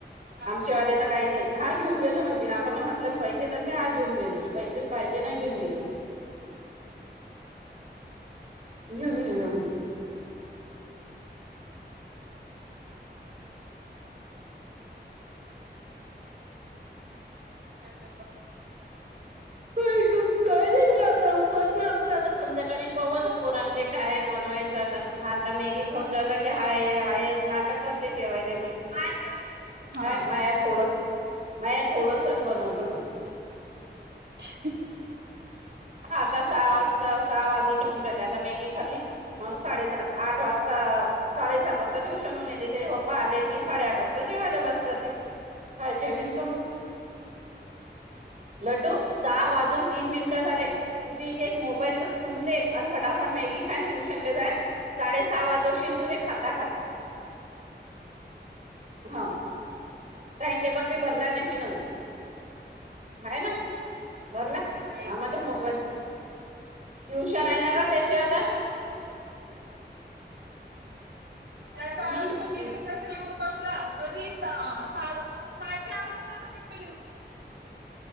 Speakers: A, on the right; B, on the right.
A: हा,
B: आमच्या वाले तर काही नाही हा घेऊन गेल म्हणते, ना आपण म्हटलं पैसेत नाही घेऊन गेल पैसेच पाहिजे ना घेऊन गेल घेऊन गेल म्हणती.
A: हं.. हं हं..
B: आई ग काय? नी बाई आता उपास आमच आता संध्याकाळी पहु आता पोरणले काय बनवायच आता आता मॅगी खाऊन झाल की हाय हाय नाटक करते जेवायले मग <unintelligible> काय
A: हा
B: माया थोडस, माया थोडस. बनवलं म्हणले
A: <unintelligible>
B: हा आता सहा वाजता सहा वाजत येऊन राहिले. आता मॅगी खाल्ली मग साडेसात आठ वाजता साडेसात वाजता ट्युशनन येते. त्याचे पप्पा आले कि साडे आठ वाजता जेवायला बसतात, ते काय जेवीन तु मग लड्डू सहा वाजून तीन मिनिटं झाले. तू ती ते मोबाईल वर ठेवून दे आणि फटाफट मॅगी खाय अन ट्युशन जा साडे सहा वाजवशील तू ते खाता खाता हा टाइमटेबल बी भरला नशिल ह ना भरला
A: नाही काय
B: ह
A: तर.
B: माझ मो <unintelligible> टुशन आहे ना ग त्याची आता.
A: त्याच आला
B: हम्म
A: त मित्र त्याच घेउन कसला? कधी? हा साडे सातच्या आधिच त्याचा मित्र येऊन गेला.